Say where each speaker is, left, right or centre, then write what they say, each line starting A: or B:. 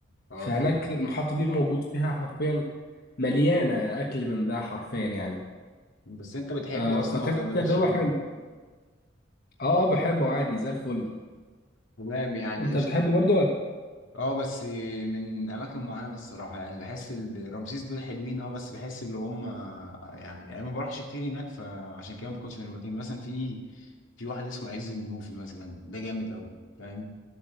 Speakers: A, on the left; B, on the left.
A: اه
B: فهناك
A: طبعا
B: المحطة دي موجود فيها حرفيا مليانة أكل من ده حرفيا يعني
A: بس انت بتحبه
B: آه
A: اصلا
B: فكانت
A: ولا مالكش
B: تجربة
A: فيه
B: حلوة اه آه، بحبه عادي زي الفل
A: تمام يعني
B: انت
A: قشطه
B: بتحبه برضه ولا
A: اه بس من اماكن معينه الصراحه يعني بحس ال- رمسيس دول حلوين اه بس بحس اللي هم يعني انا ما بروحش كتير هناك فعشان كده ما كنتش من لكن مثلا في في واحد اسمه عز المنوفي مثلا ده جامد قوي فاهم